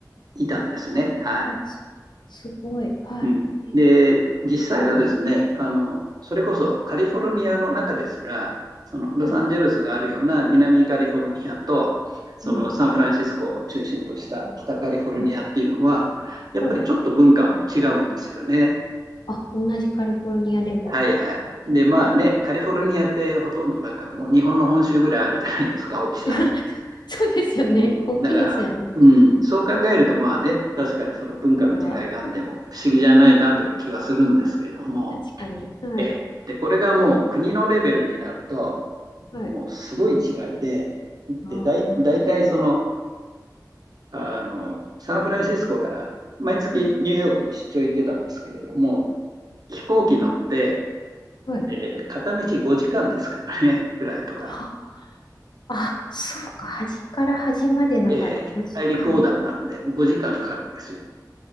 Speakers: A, on the right; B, on the left.
A: いたんですね。
B: あ、あ
A: はい。
B: あ、す、すごい。はい。
A: うん。
B: えー
A: で、実際はですね、あの、それこそカリフォルニアの中ですら、そのロサンゼルスがあるような南カリフォルニアと、
B: はい。
A: そのサンフランシスコを中心とした北カリフォルニアっていうのは、
B: うん。うん。はい。
A: やっぱりちょっと文化も違うんですよね。
B: はい。あ、同じカリフォルニアでも。
A: はいはい。で、まあね、
B: えー
A: カリフォルニアってほとんどなんかもう日本の本州ぐらいあるじゃないですか、大きさ。
B: <laughs> そうですよね。
A: うん。
B: 大きいですよね。
A: だから、うん、そう考えるとまあね、確かにその文化の違いがあっても不思議じゃないなという気がするんですけれども。
B: ああ。確かに。はい。
A: ええで、これがもう国のレベルになると、
B: はい。
A: もうすごい違いで、
B: ああ、
A: で、だい、大体その、あの、サンフランシスコから毎月ニューヨークに出張行ってたんですけれども、
B: うん。
A: 飛行機乗って、
B: うんはい。
A: えー片道5時間ですからね、フライトが。
B: は、あ、そうか。端から端までだから5時間はかかる。
A: えー大陸横断なんで5時間かかるんですよ。